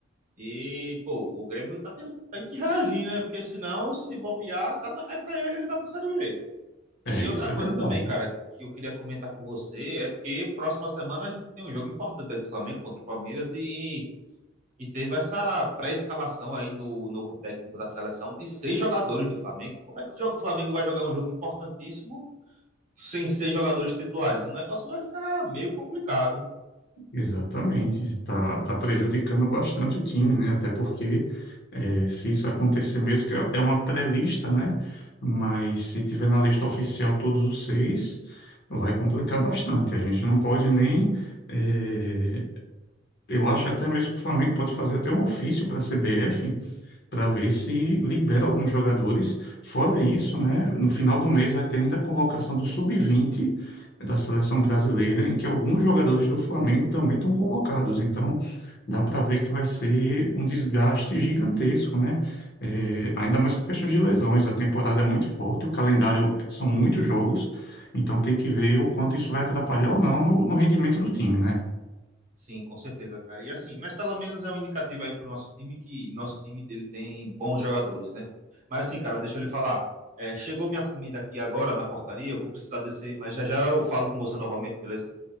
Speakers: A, on the right (about 40°); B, on the left (about 55°).
A: E, pô, o Grêmio tá tendo, tem que reagir, né? Porque senão, se bobear, a casa cai pra ele, ele vai pra Série B. E
B: É, isso
A: outra coisa
B: é verdade.
A: também, cara, que eu queria comentar com você é porque próxima semana a gente tem um jogo importante é do Flamengo contra o Palmeiras e, e teve essa pré-escalação aí do novo técnico da seleção de seis jogadores do Flamengo. Como é que o jogo- o Flamengo vai jogar um jogo importantíssimo sem seis jogadores titulares? O negócio vai ficar meio complicado.
B: Exatamente. Tá, tá prejudicando bastante o time, né? Até porque é, se isso acontecer mesmo, que é é uma pré-lista, né? Mas se tiver na lista oficial todos os seis, vai complicar bastante. A gente não pode nem eh, Eu acho até mesmo que o Flamengo pode fazer até um ofício para a CBF para ver se libera alguns jogadores. Fora isso, né, no final do mês vai ter ainda a convocação do Sub-20 da seleção brasileira, em que alguns jogadores do Flamengo também estão convocados. Então, dá para ver que vai ser um desgaste gigantesco, né? É, ainda mais por questões de lesões. A temporada é muito forte, o calendário são muitos jogos, então tem que ver o quanto isso vai atrapalhar ou não no, no rendimento do time, né?
A: Sim, com certeza, cara. E assim, mas pelo menos é um indicativo aí pro nosso time que nosso time ele tem bons jogadores, né? Mas assim, cara, deixa eu lhe falar. É, chegou minha comida aqui agora na portaria, eu vou precisar descer, mas já já eu falo com você novamente, beleza?